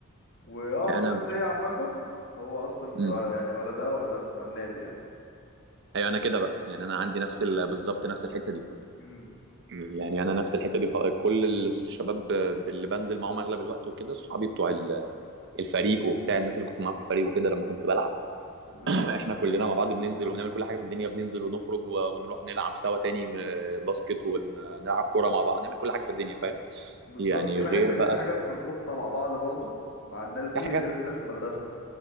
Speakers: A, on the left; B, on the right.
A: واقرب
B: يعني انا
A: ناس ليا عامه هو اصلا بتوع
B: امم
A: يعني ولا ده ولا ده بتوع النادي يعني
B: ايوه انا كده بقى يعني انا عندي نفس ال... بالظبط نفس الحته دي
A: امم
B: يعني انا نفس الحته دي خ- كل الشباب اللي بنزل معاهم اغلب الوقت وكده صحابي بتوع ال- الفريق وبتاع الناس اللي كنت معاهم في الفريق وكده لما كنت بلعب <laughs>
A: بالظبط
B: <clears throat> احنا كلنا مع بعض بننزل وبنعمل كل حاجه في الدنيا بننزل ونخرج و- ونروح نلعب سوا تاني آه، باسكت ونلعب كوره مع بعض نعمل كل حاجه في الدنيا فاهم
A: بالظبط
B: يعني
A: دي بحس
B: غير
A: ان
B: بقى
A: في حاجه
B: الص-
A: بتربطنا مع بعض برضو مع الناس دي
B: في حاجات
A: غير الناس المدرسه